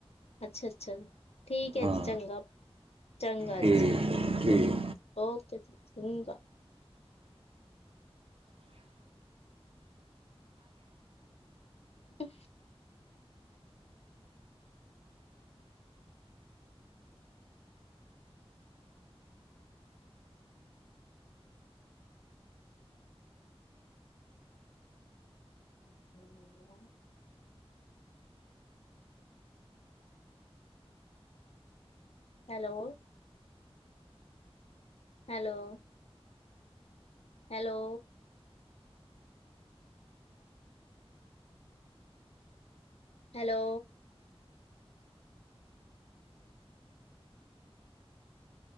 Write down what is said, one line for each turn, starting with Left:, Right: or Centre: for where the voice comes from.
Left: ਅੱਛਾ ਅੱਛਾ ਠੀਕ ਹੈ
Right: ਹਾਂ
Left: ਚੰਗਾ। ਚੰਗਾ
Right: ਠੀਕ
Left: ਜੀ, ਚੰਗਾ,
Right: ਠੀਕ
Left: ਓਕੇ ਚੰਗਾ। ਅ ਮੈਂਨੂੰ ਮਿਲ ਲਓ। Hello. Hello hello hello